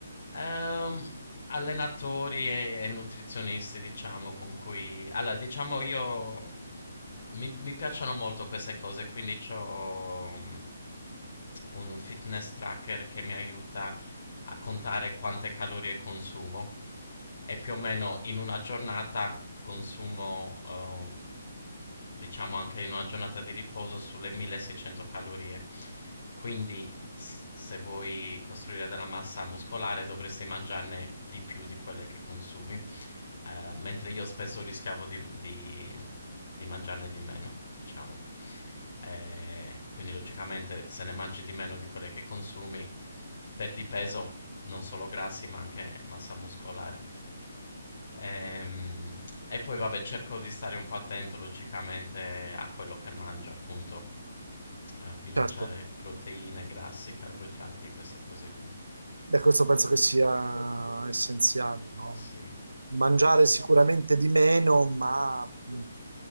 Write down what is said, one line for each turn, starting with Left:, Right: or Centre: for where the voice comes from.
Left: Ehm, allenatori e, e nutrizionisti, diciamo, con cui... Allora, diciamo io... Mi, mi piacciono molto queste cose, quindi ho un fitness tracker che mi aiuta a contare quante calorie consumo e più o meno in una giornata consumo eh, diciamo anche in una giornata di riposo sulle 1600 calorie. Quindi s- se vuoi costruire della massa muscolare dovresti mangiarne di più di quelle che consumi. Eh, mentre io spesso rischiavo di, di- di mangiarne di meno, diciamo. Eh, quindi logicamente se ne mangi di meno di quelle che consumi, perdi peso non solo grassi ma anche massa muscolare. Ehm, e poi vabbè, cerco di stare un po' attento logicamente a quello che mangio, appunto, a bilanciare
Right: Certo,
Left: proteine, grassi, carboidrati, queste cose qui.
Right: beh, questo penso che sia essenziale, no?
Left: Sì,
Right: Mangiare sicuramente di meno, ma mh,